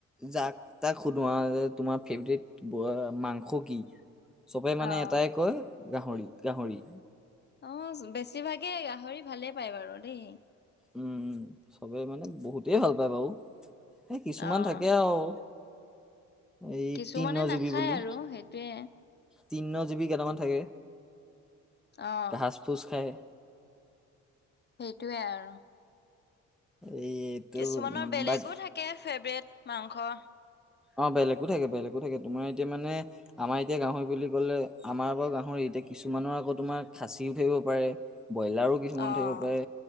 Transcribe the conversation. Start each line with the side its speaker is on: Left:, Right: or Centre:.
Centre: যাক তাক সুধোঁ আৰু যে তোমাৰ ফেভৰেট ৰট মাংস কি চবে মানে
Left: অ
Centre: এটাই কয় গাহৰি গাহৰি
Left: অ বেছিভাগেই গাহৰি ভালে পায় বাৰু দেই
Centre: উম চবে মানে বহুতেই ভাল পায় বাৰু এই কিছুমান
Left: অ',
Centre: থাকে আও এই
Left: কিছুমানে
Centre: তিন্ন
Left: নাখায়
Centre: জিবী বুলি
Left: আৰু সেইটোৱে
Centre: তিন্ন জিবী কেইটামান থাকে
Left: অ',
Centre: ঘাছ - পুচ খায়
Left: সেইটোৱেই আৰু
Centre: এই এইটো
Left: কিছুমানৰ
Centre: উম
Left: বেলেগো
Centre: বাক
Left: থাকে ফেভৰেট মাংস
Centre: অ বেলেগো থাকে বেলেগো থাকে তোমাৰ এতিয়া মানে আমাৰ এতিয়া গাহৰি বুলি কলে আমাৰবোৰৰ গাহৰি এতিয়া কিছুমানৰ আকৌ তোমাৰ খাচি উঠিব পাৰে ব্ৰইলাৰো কিছুমানৰ
Left: অ',
Centre: থাকিব পাৰে